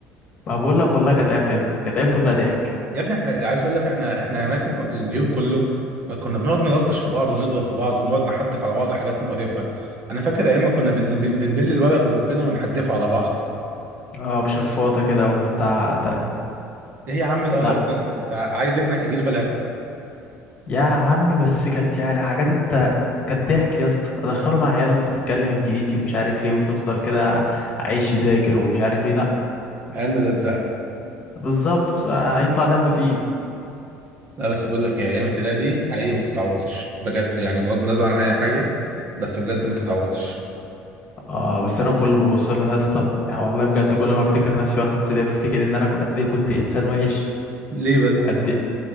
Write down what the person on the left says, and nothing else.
ما بقول لك والله كانت ايام حلوه كانت ايام كلها ضحك
اه بشفاطه كده او بتاع تانية
لا
يا عمي بس كانت يعني حاجات الت... كانت ضحك يا اسطى ادخله مع عيال بتتكلم انجليزي ومش عارف ايه وتفضل كده عايش يذاكر ومش عارف ايه لا
بالظبط بس هيطلع دمه تقيل
اه بس انا كل ما ابص لها يا اسطى يعني والله بجد كل ما افتكر نفسي وانا في ابتدائي بفتكر ان انا ك- قد ايه كنت انسان وحش
قد إيه،